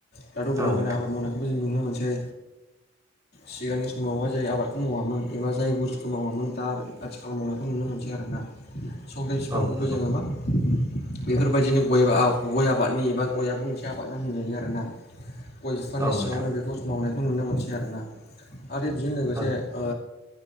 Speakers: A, on the left (about 45°); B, on the right (about 15°).
A: दाथ' गोदान
B: औ
A: गोनां
B: नोंथां
A: आबाद मावनायखौबो जों नुनो मोनसै। सिगांनि समावहाय जाय आबादखौ मावामोन एबा जाय बुस्थुखौ मावामोन दा आथिखाल मावनायखौ नुनो मोनसै आरोना। <inaudible> सक्लेट बिफांखौबो
B: औ नंगौ
A: जोङो मा बेफोरबायदिनो गय गय आबादनि एबा गय आबो मोनसे आबादा होनजायो आरोना गय बिफांनि
B: औ
A: सिङावनो
B: नोंथां
A: बेखौ मावनायखौ नुनो मोनसै आरोना। आरो बिजों लोगोसे
B: औ
A: ओ